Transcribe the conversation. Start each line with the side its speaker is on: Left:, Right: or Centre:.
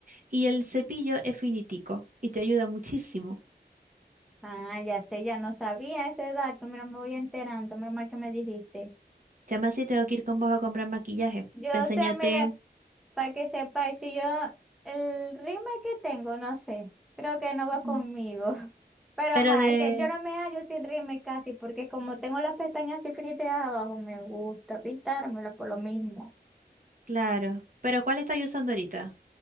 Right: Y el cepillo es finitico y te ayuda muchísimo.
Centre: Ah, ya sé, ya no sabía ese dato. Mira, me voy enterando. Mira mal que me dijiste.
Right: Ya me así tengo que ir con vos a comprar maquillaje.
Centre: Yo
Right: Pa' enseñarte.
Centre: sé, mira, Para que sepáis, si yo el ritmo que tengo, no sé, creo que no va conmigo.
Right: mm,
Centre: <laughs> Pero
Right: Pero
Centre: ajá,
Right: de.
Centre: es que yo no me hallo sin ritmo y casi, porque como tengo las pestañas así finitas abajo, me gusta pintármelo por lo mismo.
Right: Claro. Pero ¿cuál estás usando ahorita?